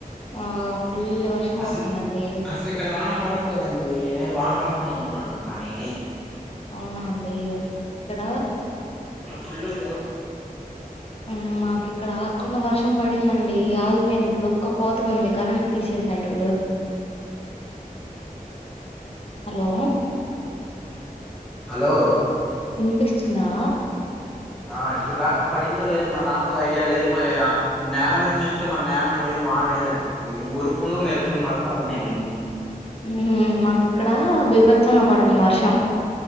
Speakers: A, on the left; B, in the centre.
A: ఆ ఫుల్ వర్షం
B: అసలు
A: పడుతుందండి.
B: అసలు ఇక్కడ వాన పడట్లేదండి నేనేదో వాన పడుతుంది అనుకున్నాను కానీ
A: అవునా అండి అక్కడ,
B: పళ్ళు క్లౌ
A: ఊ మాకు ఇక్కడ ఆక్కుండా వర్షం పడిందండి ఆగిపోయింది ఇప్పుడు ఉక్కపోతగా ఉంది కరెంట్ తీసేసాడు. హలో!
B: హలో.
A: ఇనిపిస్తుందా.
B: ఆ ఇప్పుడు దాకా పడిందో లేదో మరి నాకు ఐడియా లేదు మరి నేల మీద చూస్తే మరి నేల మీద ఏం వానలేదండి మరి ఉరుములు మెరుపులు మాత్రం ఉన్నాయి.
A: మ్ మాకు ఇక్కడ బీభ త్సంగా పడతంది వర్షం